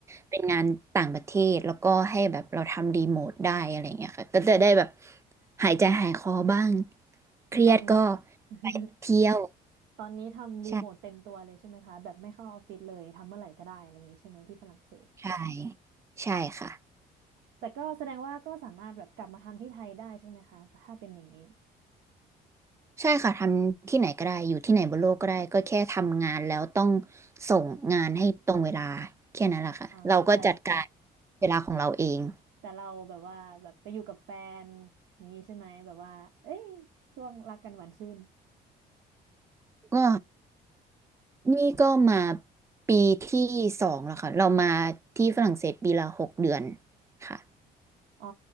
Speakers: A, on the right (about 15°); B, on the right (about 80°).
A: เป็นงานต่างประเทศแล้วก็ให้แบบเราทำรีโมทได้อะไรเงี้ยค่ะก็จะได้แบบหายใจหายคอบ้างเครียดก็
B: ในตอนนี้ <laughs>
A: ไปเที่ยว
B: ตอนนี้ทำรีโมทเต็มตัวเลยใช่ไหมคะแบบไม่เข้าออฟฟิศเลยทำเมื่อไหร่ก็ได้อะไรอย่างนี้ใช่ไหมที่ฝรั่งเศส
A: ใช่ใช่ใช่ค่ะ
B: แต่ก็แสดงว่าก็สามารถแบบกลับมาทำที่ไทยได้ใช่ไหมคะถ้าเป็นอย่างนี้
A: ใช่ค่ะทำที่ไหนก็ได้อยู่ที่ไหนบนโลกก็ได้ก็แค่ทำงานแล้วต้องส่งงานให้ตรงเวลาแค่นั้นแหละค่ะเราก็จัดการ
B: อ๋ออ๋อแต่
A: เวลาของเราเอง
B: แต่เราแบบว่าแบบไปอยู่กับแฟนอย่างนี้ใช่ไหมแบบว่าเอ้ยช่วงรักกันหวานชื่น
A: ก็นี่ก็มาปีที่สองแล้วค่ะเรามาที่ฝรั่งเศสปีละหกเดือนค่ะ
B: อ๋อ